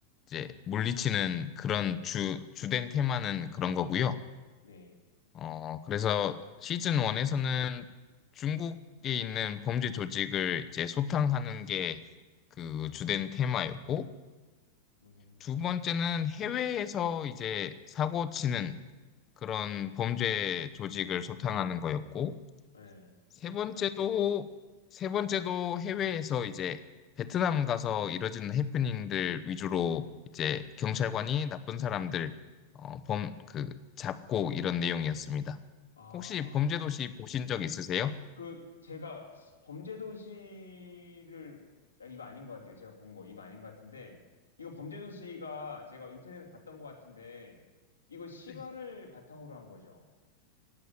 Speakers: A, on the left; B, on the left.
A: 이제 물리치는 그런 주, 주된 테마는 그런 거고요.
B: 네.
A: 어, 그래서 시즌 1에서는 중국에 있는 범죄 조직을 이제 소탕하는 게 그 주된 테마였고,
B: 음,
A: 두 번째는 해외에서 이제 사고 치는 그런 범죄 조직을 소탕하는 거였고,
B: 네.
A: 세 번째도 세 번째도 해외에서 이제 베트남 가서 이뤄지는 해프닝들 위주로 이제 경찰관이 나쁜 사람들 어, 범, 그 잡고 이런 내용이었습니다.
B: 아.
A: 혹시 범죄도시 보신 적 있으세요?
B: 그 제가 범죄도시를 아, 이거 아닌 것 같아요. 제가 본 거 이거 아닌 것 같은데 이거 범죄도시가 제가 인터넷에서 봤던 것 같은데 이거 실화를
A: 네.
B: 바탕으로 한 거죠.